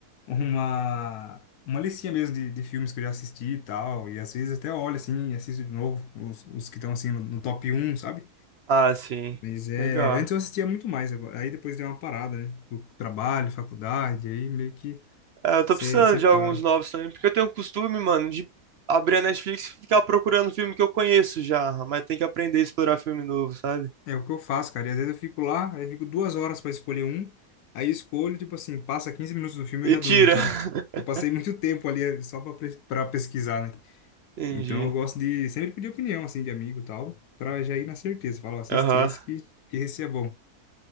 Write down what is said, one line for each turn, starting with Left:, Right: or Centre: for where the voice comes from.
Left: uma, uma listinha mesmo de, de filmes que eu já assisti e tal. E às vezes até olho assim e assisto de novo os, os que estão assim no, no top um, sabe?
Right: Ah, sim.
Left: Mas é,
Right: Legal.
Left: antes eu assistia muito mais, agora. Aí depois deu uma parada, né? Do trabalho, faculdade, aí meio que
Right: É, eu tô
Left: você
Right: precisando de
Left: para.
Right: alguns novos também, porque eu tenho o costume, mano, de abrir a Netflix e ficar procurando filme que eu conheço já, mas tem que aprender a explorar filme novo, sabe?
Left: É o que eu faço, cara. E às vezes eu fico lá, aí eu fico duas horas pra escolher um, aí eu escolho, tipo assim, passa 15 minutos do filme
Right: E
Left: e eu já
Right: tira.
Left: durmo, sabe?
Right: <laughs>
Left: Eu passei <laughs> muito tempo ali eh, só pra pres- pra pesquisar, né?
Right: Entendi.
Left: Então eu gosto de sempre pedir opinião, assim, de amigo e tal, pra já ir na certeza. Falar, ó, assiste
Right: Aham.
Left: esse que, que esse é bom.